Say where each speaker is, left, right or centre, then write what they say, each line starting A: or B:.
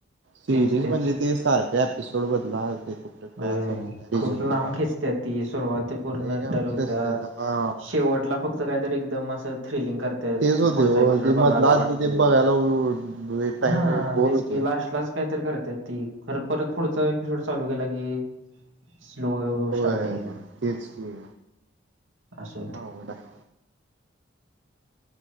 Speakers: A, on the right; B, on the right.
A: सिरीज
B: तेच तेच
A: म्हणजे ते सारख्या एपिसोड बदला. कुठे काय
B: अ
A: समजत नाही
B: खूप
A: रिझ्युम
B: लांब
A: करा
B: खेचत्यां ती सुरुवाती पूर्णडल
A: लय काम
B: होत्या.
A: असते हा
B: शेवटला फक्त कायतरी एकदम असं थ्रिलिंग कर त्यां
A: तेच होते
B: पुढचा
A: हो
B: एपिसोड
A: ते मधलं
B: बघायला
A: आधलं
B: वाटते
A: ते बघायला टाइम
B: हं
A: बोर
B: हेच
A: होते
B: की लास्ट लाच कायतरी करत्यात ती खर परत पुढचा एपिसोड चालू केला की स्लो
A: होय
B: स्टार्टिंग
A: तेच की
B: आसं होतंय.
A: अवघड आहे